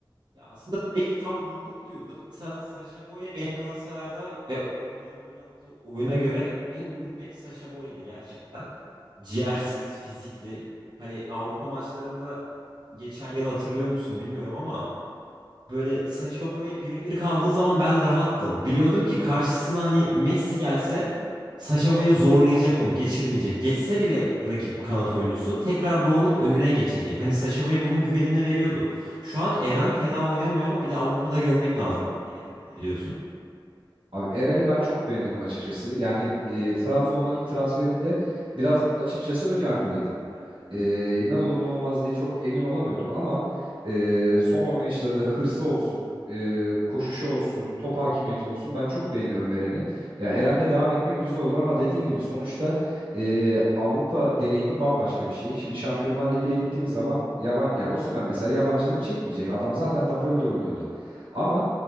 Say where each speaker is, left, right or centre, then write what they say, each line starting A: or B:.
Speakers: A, on the right (about 55°); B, on the right (about 85°).
A: Ya aslında bek tam bulduk diyoruz. Mesela Sacha Boey benim Galatasaray'da ve Okan Hoca'nın oynattığı oyuna göre en uygun bek Sacha Boey'di gerçekten. Ciğersiz, fizikli. Hani Avrupa maçlarında geçen yıl hatırlıyor musun bilmiyorum ama Böyle Sacha Boey birebir kaldığı zaman ben rahattım. Biliyordum ki karşısına hani Messi gelse Sacha Boey zorlayacak onu, geçirmeyecek. Geçse bile rakip kanat oyuncusu tekrar dolanıp önüne geçecek. Hani Sacha Boey bunun güvenini veriyordu. Şu an Eren fena oynamıyor ama bir de Avrupa'da görmek lazım bence. Eren'e ne diyorsun?
B: Abi Eren'i ben çok beğeniyorum açıkçası. Yani e, Trabzon'dan ilk transferinde biraz açıkçası ön yargılıydım.
A: Ben de
B: E, ne olur ne olmaz diye çok emin olamıyordum ama e, son oynayışlarında hırsı olsun, e, koşuşu olsun, top hakimiyeti olsun ben çok beğeniyorum Eren'i. Ya Eren'le devam etmek güzel olur ama dediğin gibi sonuçta e, Avrupa deneyimi bambaşka bir şey. Şimdi Şampiyonlar Ligi'ne gittiğimiz zaman yaban ya Osimhen mesela yabancılık çekmeyecek. Adam zaten Napoli'de oynuyordu.
A: yani.
B: Ama